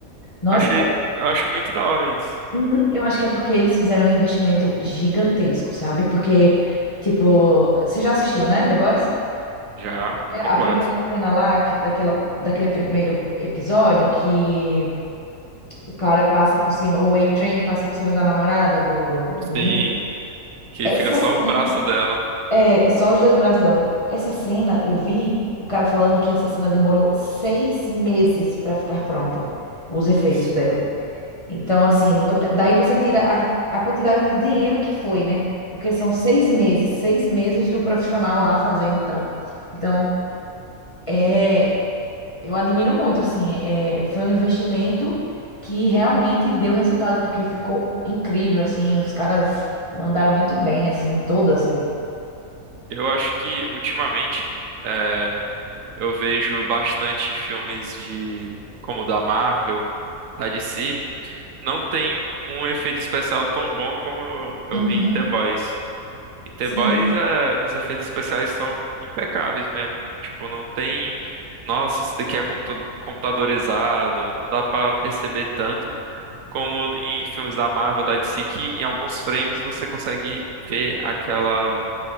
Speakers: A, on the right; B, on the left.
A: Eu
B: Nossa,
A: Achei,
B: é-
A: eu acho muito da hora isso.
B: uhum. eu acho que é porque eles fizeram um investimento gigantesco, sabe? Porque, tipo, você já assistiu, né, The Boys?
A: Já,
B: primeira-
A: completo.
B: A primeira cena lá, que, daquela, daquele primeiro episódio, que o cara passa por cima, o A-Train passa por cima da namorada do, do
A: Sim,
B: Rio.
A: que
B: Essa
A: fica só
B: cena,
A: o braço dela.
B: é, só os dois braços dela. Essa cena, eu vi o cara falando que essa cena demorou seis meses para ficar pronta, os
A: Nossa.
B: efeitos dela. Então, assim, vo- daí você tira a, a quantidade de dinheiro que foi, né? Porque são seis meses, seis meses do profissional lá fazendo e tal. Então, é. Eu admiro muito, assim, é, foi um investimento que realmente deu resultado, porque ficou incrível, assim, os caras mandaram muito bem, assim, em toda a série.
A: Eu acho que ultimamente é, eu vejo bastante filmes de como o da Marvel, da DC. Não tem um efeito especial tão bom como eu
B: Uhum,
A: vi em The Boys. E The
B: sim,
A: Boys, é, os efeitos especiais são impecáveis mesmo. Tipo, não tem. Nossa, isso daqui é computa- computadorizado. Não dá pra perceber tanto como em filmes da Marvel, da DC, que em alguns frames você consegue ver aquela